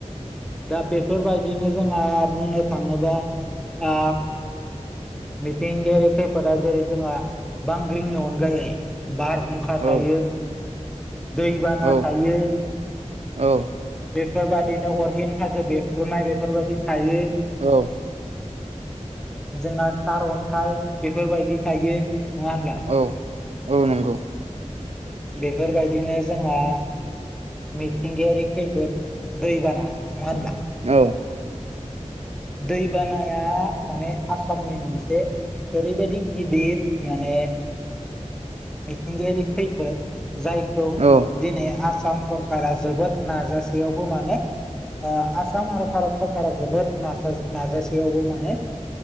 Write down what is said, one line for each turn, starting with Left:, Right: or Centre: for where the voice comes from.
Centre: दा बेफोरबायदिनो जोंहा बुंनो थाङोबा आ मिथिंगायारि खैफोदा जेरै जोंहा बां ग्रिंनि अनगायै बारहुंखा थायो
Right: औ
Centre: दैबाना
Right: औ
Centre: थायो
Right: औ
Centre: बेफोरबायदिनो अरगें हाजो बेरफ्रुनाय बेफोरबायदि थायो
Right: औ
Centre: जोंहा सारअन्थाइ बेफोरबायदि थायो नङा हब्ला
Right: औ औ नंगौ
Centre: बेफोरबायदिनो जोंहा मिथिंगायारि खैफोद दैबाना नङा होनब्ला
Right: औ।
Centre: दैबानाया माने आसामनि मोनसे। ओरैबायदि गिदिर माने मिथिंगायारि खैफोद। जायखौ
Right: औ
Centre: दिनै आस आसाम सरकारा जोबोद नाजासेयावबो माने आसाम आरो भारत सरकारा जोबोद। नाज नाजासेयावबो माने।